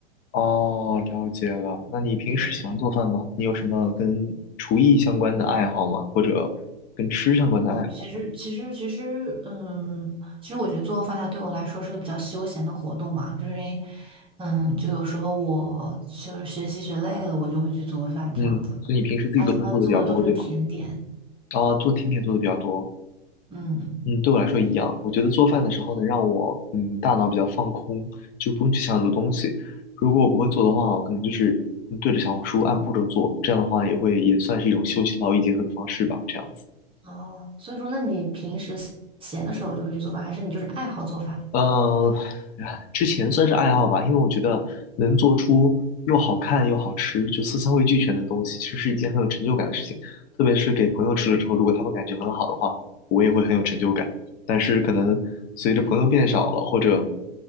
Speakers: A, on the left; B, on the right.
A: 哦，了解了。那你平时喜欢做饭吗？
B: 对，
A: 你有什么跟厨艺相关的爱好吗？或者跟吃相关的爱好？
B: 我其实其实其实，嗯，其实我觉得做饭它对我来说是个比较休闲的活动嘛，就是因为，嗯，就有时候我就是学习学累了，我就会去做饭这样子。
A: 嗯，所以你平时自己做饭做的比较多，
B: 那一般做的都是甜点，
A: 对吗？哦，做甜点做的比较多。
B: 嗯，
A: 嗯，对我来说一样。我觉得做饭的时候能让我嗯大脑比较放空，就不用去想很多东西。如果我不会做的话，我可能就是嗯对着小红书按步骤做，这样的话也会也算是一种休息劳逸结合的方式吧，这样子。
B: 哦，所以说，那你平时闲的时候就会去做饭，还是你就是爱好做饭？
A: 呃，哎之前算是爱好吧，因为我觉得能做出又好看又好吃，就色香味俱全的东西，其实是一件很有成就感的事情。特别是给朋友吃了之后，如果他们感觉很好的话，我也会很有成就感。但是可能随着朋友变少了，或者